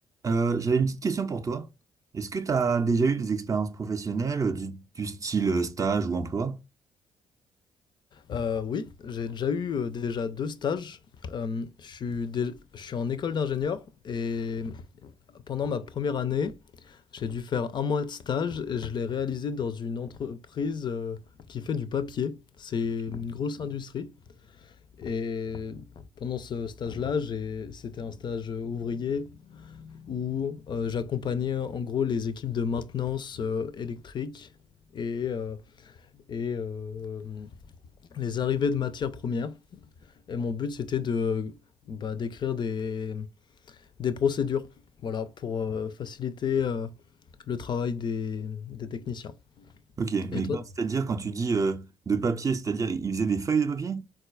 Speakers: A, on the right; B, on the left.
A: Euh, j'avais une petite question pour toi. Est-ce que tu as déjà eu des expériences professionnelles euh, du, du style euh, stage ou emploi?
B: Euh, oui, j'ai déjà eu euh, déjà deux stages. Euh, je suis, dé- je suis en école d'ingénieur et pendant ma première année, j'ai dû faire un mois de stage et je l'ai réalisé dans une entreprise euh, qui fait du papier. C'est
A: Ok,
B: une grosse industrie. Et pendant ce stage-là, j'ai- c'était un stage euh, ouvrier où euh, j'accompagnais en gros les équipes de maintenance euh, électrique et, euh, et euh, les arrivées de matières premières. Et mon but, c'était de bah, d'écrire des, des procédures, voilà, pour euh, faciliter euh, le travail des, des techniciens.
A: Ok,
B: Et
A: mais
B: toi?
A: quand- c'est-à-dire quand tu dis euh, de papier, c'est-à-dire ils faisaient des feuilles de papier?